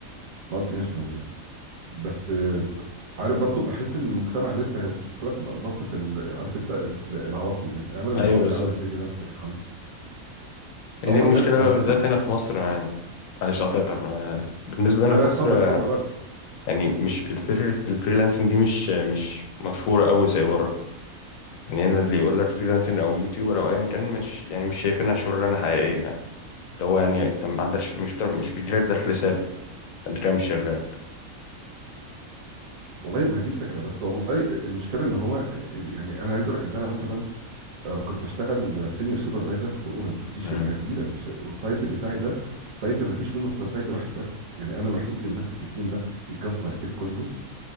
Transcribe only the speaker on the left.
مم.
ايوه
بالظبط
هي
دي المشكلة
بقى
بالذات
هنا في مصر يعني معلش قطعتك آه، بالنسبة
هنا في
مصر آه،
يعني مش الفكرة الفريلانسنج دي مش آه، مش مشهورة قوي زي بره يعني هنا اللي يقول لك فريلانسنج او يوتيوبر او ايا كان مش يعني مش شايفينها شغلانة حقيقية يعني اللي هو يعني انت ما عندكش مش بتعرف مش بيجيلك دخل ثابت انت كده مش شرير
مم.